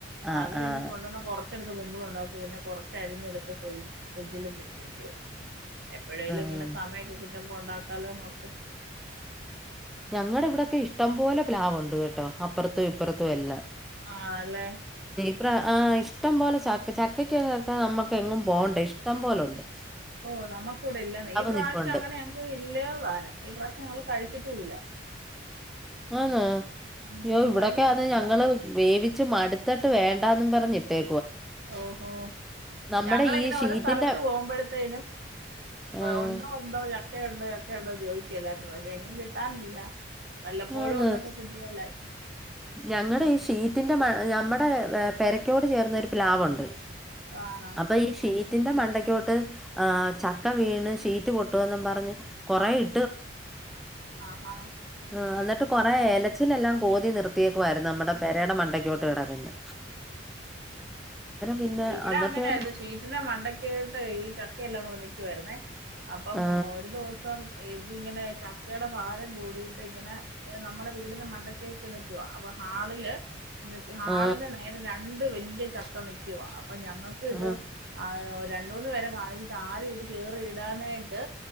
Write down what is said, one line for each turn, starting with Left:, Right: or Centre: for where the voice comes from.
Centre: ആഹ്
Right: അത് പിന്നെ
Centre: ആഹ്
Right: കൊണ്ടുവന്ന് കൊറ കുറച്ചെടുത്ത് കുമ്പളും ഉണ്ടാക്കി പിന്നെ കുറച്ച് അരിഞ്ഞെടുത്ത് <inaudible> ഫ്രിഡ്ജിലും വെച്ചിരിക്കണ് റ്റോ എപ്പഴേലും
Centre: ആഹ്
Right: ഇങ്ങനെ സമയൊക്കെ കിട്ടുമ്പോ ഉണ്ടാക്കാലോന്നോർത്ത്
Centre: ഞങ്ങളുടെ ഇവിടൊക്കെ ഇഷ്ടം പോലെ പ്ലാവ്ണ്ട് കേട്ടോ അപ്പുറത്തും ഇപ്പുറത്തും അല്ല
Right: ആണല്ലേ
Centre: ഇപ്ര ആഹ് ഇഷ്ടം പോലെ ച ചക്കയ്ക്ക്‌ നമുക്ക് എങ്ങും പോണ്ട ഇഷ്ടം പോലുണ്ട്
Right: ഓ നമുക്ക്‌ ഇവിടെ ഇല്ലന്നെ ഈ പ്രാവശ്യം
Centre: നിപ്പുണ്ട്
Right: അങ്ങനെ ഞങ്ങക്ക് ഇല്ലാ സാനം ഈ പ്രാവശ്യം ഞങൾ കഴിച്ചിട്ടൂല്ല
Centre: ആനോ?
Right: ഉം
Centre: യോ ഇവിടൊക്കെ
Right: ഭയങ്കര
Centre: അത്
Right: ഇതാ
Centre: ഞങ്ങള് വേവിച്ച് ച്ച് മടുത്തിട്ട് വേണ്ടാന്നും പറഞ്ഞിട്ടേ
Right: ഓഹോ
Centre: നമ്മുടെ
Right: ഞങ്ങളിങ്ങനെ
Centre: ഈ ഷീറ്റിന്റെ
Right: ഓരോ സ്ഥലത്ത് പോകുമ്പോഴത്തേനും
Centre: ആഹ്
Right: ഉണ്ടോ ഉണ്ടോന്ന് ചക്കയുണ്ടോ ചക്കയുണ്ടോ ചോയിക്കെല്ലാരും പക്ഷെ എങ്ങും കിട്ടാനില്ല വല്ലപ്പോഴും
Centre: ആന്ന്
Right: ഒന്നൊക്കെ കിട്ടിയാലായി
Centre: ഞങ്ങടെ ഈ ഷീറ്റിന്റെ മ നമ്മുടെ പെരക്കോട് ചേർന്നൊരുപ്ലാവ് ഉണ്ട്
Right: ആണോ
Centre: അപ്പ ഈ ഷീ വീട്ടിന്റെ മണ്ടയ്ക്കോട്ട്ആ ചക്ക വീണ് ഷീറ്റ് പൊട്ടുവെന്നും പറഞ്ഞ് കൊറെ ഇ
Right: ആ ആ
Centre: ആ എന്നിട്ട് കൊറെ എല അച്ചിലെല്ലാം കോതി നിർത്തിയേക്കുവായിരുന്നു നമ്മുടെ പെരേടെ മണ്ടയ്ക്കോട്ട് കെടക്ക്ന്ന് പിന്നെ
Right: ഇവിടെ
Centre: അന്നിട്ട്
Right: അങ്ങനൊയിരുന്നു
Centre: തന്നെ
Right: ഷീറ്റിന്റെ മണ്ടക്കായിട്ട് ഈ ചക്കയെല്ലാം കൂടെ നിക്കുവായിരുന്നേ അപ്പം
Centre: ആ
Right: ഒരു ദിവസം ഇത് ഇങ്ങനെ ചക്കയുടെ ഭാരം കൂടിട്ട് ങ്ങനെ നമ്മുടെ വീടിന്റെ മണ്ടക്കയൊക്കെ നിൽക്കുവാ അപ്പൊ ഹാളില് നിർത്തി ഹാളി
Centre: ആ
Right: രണ്ട് വല്യ ചക്ക നിക്കുവാ അപ്പൊ ഞങ്ങൾക്ക്
Centre: ആ
Right: ഇത് ആ രണ്ടു മൂന്ന് പേരെകാണിച്ചിട്ട് ആരും ഇത് കേറിയിടാനായിട്ട്